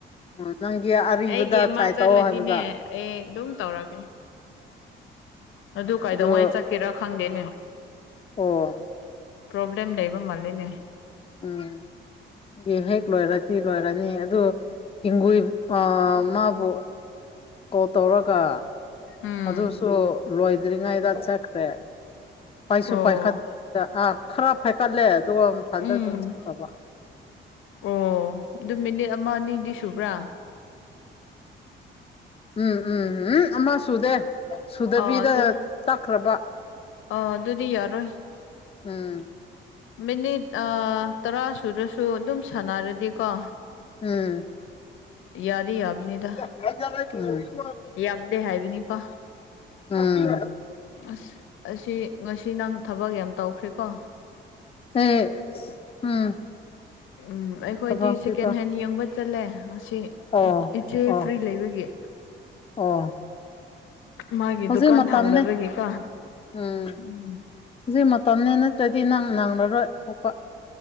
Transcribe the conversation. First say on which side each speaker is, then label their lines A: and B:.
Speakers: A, on the left; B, on the left.
A: ꯎꯝ ꯅꯪꯒꯤ ꯑꯔꯤꯕꯗ
B: ꯑꯩꯒꯤ
A: ꯇ꯭ꯔꯥꯏ
B: ꯑꯃ
A: ꯇꯧ
B: ꯆꯠꯂꯗꯤꯅꯦ
A: ꯍꯥꯏꯕꯗ
B: ꯑꯦ ꯑꯗꯨꯝ ꯇꯧꯔꯒꯦ ꯑꯗꯨ ꯀꯥꯏꯗꯧꯉꯥꯏ
A: ꯑꯗꯣ
B: ꯆꯠꯀꯦꯔꯥ ꯈꯪꯗꯦꯅꯦ
A: ꯑꯣ
B: ꯄꯣꯕ꯭ꯂꯦꯝ ꯂꯩꯕ ꯃꯥꯜꯂꯦꯅꯦ
A: ꯎꯝ ꯍꯦꯛ ꯂꯣꯏꯔꯗꯤ ꯂꯣꯏꯔꯅꯤ ꯑꯗꯨ ꯍꯤꯡꯒꯨꯏ ꯃꯥꯕꯨ ꯀꯣꯜ ꯇꯧꯔꯒ
B: ꯎꯝ
A: ꯑꯗꯨꯁꯨ ꯂꯣꯏꯗ꯭ꯔꯤꯉꯩꯗ ꯆꯠꯈ꯭ꯔꯦ ꯄꯩꯁꯨ
B: ꯑꯣ
A: ꯄꯥꯏꯈꯠ ꯈꯔ ꯄꯥꯏꯈꯠꯂꯦ ꯑꯗꯨꯒ ꯃꯊꯟꯗ
B: ꯎꯝ
A: ꯑꯗꯨꯝ ꯆꯠꯕ
B: ꯑꯣ ꯑꯗꯨ ꯃꯤꯅꯤꯠ ꯑꯃ ꯑꯅꯤꯗꯤ ꯁꯨꯕ꯭ꯔꯥ
A: ꯎꯝ ꯎꯝ ꯎꯝ ꯑꯃ ꯁꯨꯗꯦ ꯁꯨꯗꯕꯤꯗ
B: ꯑꯥ ꯑꯗꯨ
A: ꯆꯠꯈ꯭ꯔꯕ
B: ꯑꯥ ꯑꯗꯨꯗꯤ ꯌꯥꯔꯣꯏ
A: ꯎꯝ
B: ꯃꯤꯅꯤꯠ ꯇꯔꯥ ꯁꯨꯗꯔꯁꯨ ꯑꯗꯨꯝ ꯁꯥꯟꯅꯔꯗꯤꯀꯣ
A: ꯎꯝ
B: ꯌꯥꯗꯤ ꯌꯥꯕꯅꯤꯗ
A: <unintelligible> ꯍꯦ ꯑꯝ
B: ꯌꯥꯝꯗꯦ ꯍꯥꯏꯕꯅꯤꯀꯣ
A: ꯎꯝ
B: ꯑꯁ ꯑꯁꯤ ꯉꯁꯤ ꯅꯪ ꯊꯕꯛ ꯌꯥꯝ ꯇꯧꯈ꯭ꯔꯦꯀꯣ
A: ꯑꯦ ꯎꯝ
B: ꯎꯝ ꯑꯩꯈꯣꯏꯗꯤ
A: ꯊꯕꯛꯇꯤ
B: ꯁꯦꯀꯦꯟ
A: ꯇꯧ
B: ꯍꯦꯟ ꯌꯦꯡꯕ ꯆꯠꯂꯦ ꯉꯁꯤ
A: ꯑꯣ
B: ꯏꯆꯦ
A: ꯑꯣ
B: ꯐ꯭ꯔꯤ ꯂꯩꯕꯒꯤ
A: ꯑꯣ
B: ꯃꯥꯒꯤ
A: ꯍꯧꯖꯤꯛ
B: ꯗꯨꯀꯥꯟ
A: ꯃꯇꯝꯅꯦ
B: ꯍꯥꯡꯗꯕꯒꯤꯀꯣ
A: ꯎꯝ
B: ꯎꯝ
A: ꯍꯧꯖꯤꯛ ꯃꯇꯝꯅꯦ ꯅꯠꯇ꯭ꯔꯗꯤ ꯅꯪ ꯅꯪꯂꯔꯣꯏ ꯊꯣꯛꯄ